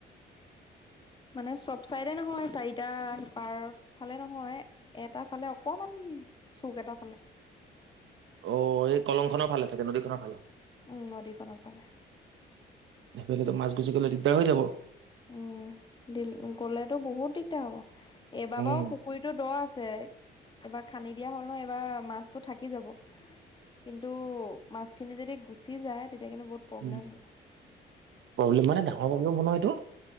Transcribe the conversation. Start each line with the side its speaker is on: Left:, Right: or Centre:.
Left: মানে চব চাইডে নহয়, চাৰিটা পাৰৰ ফালে নহয়। এটা ফালে অকমান চুক এটা ফালে।
Right: অ', এই কলং খনৰ ফালে চাগে, নদীখনৰ ফালে।
Left: উম, নদীখনৰ ফালে।
Right: সেইফালেতো মাছ গুচি গ'লে দিগদাৰ হৈ যাব।
Left: উম, দিল-গলেতো বহুত দিগদাৰ হ'ব। এইবাৰ
Right: উম
Left: বাও পুখুৰীটো দ আছে। এইবাৰ খান্দি দিয়া হ'ল নহয়, এইবাৰ মাছটো থাকি যাব। কিন্তু, মাছখিনি যদি গুচি যায় তেতিয়া কিন্তু বহুত প্ৰব্লেম
Right: উম,
Left: হ'ব।
Right: প্ৰব্লেম মানে, ডাঙৰ প্ৰব্লেম হ'ব নহয় এইটো।